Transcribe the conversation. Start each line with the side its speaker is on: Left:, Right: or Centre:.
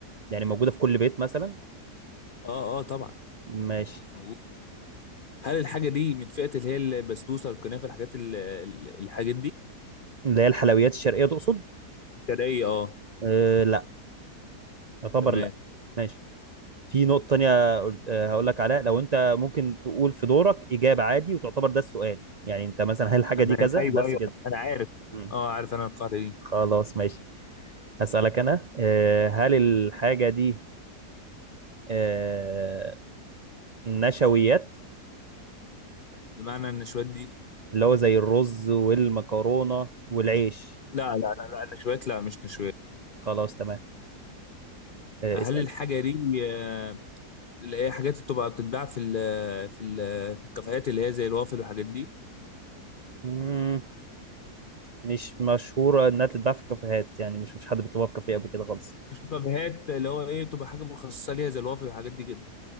Right: يعني موجودة في كل بيت مثلا
Left: اه اه طبعا
Right: ماشي
Left: موجود هل الحاجة دي من فئة اللي هي البسبوسة الكنافة الحاجات ال- ال- الحاجات دي؟
Right: اللي هي الحلويات الشرقية تقصد
Left: الشرقية اه
Right: آه، لا يعتبر
Left: تمام
Right: لا ماشي في نقطة تانية قلت آه، هقول لك عليها لو أنت ممكن تقول في دورك إجابة عادي وتعتبر ده السؤال يعني أنت مثلا هل الحاجة
Left: تمام
Right: دي كذا
Left: ايوه
Right: بس
Left: ايوه
Right: كده
Left: انا عارف
Right: مم.
Left: اه عارف انا القاعده دي
Right: خلاص ماشي هسألك أنا آه، هل الحاجة دي آه، نشويات
Left: بمعنى النشويات دي
Right: اللي هو زي الرز والمكرونة والعيش
Left: لا لا لا لا النشويات لا مش نشويات
Right: خلاص تمام آه،
Left: هل
Right: اسأل
Left: الحاجه دي آه، اللي هي حاجات بتبقى بتتباع في ال في ال في الكافيهات اللي هي زي الوافل والحاجات دي
Right: مم، مش مشهورة إنها تتباع في الكافيهات يعني مش مفيش حد بيطلبها في كافيه قبل كده خالص
Left: مش كافيهات اللي هو ايه بتبقى حاجه مخصصه ليها زي الوافل والحاجات دي كده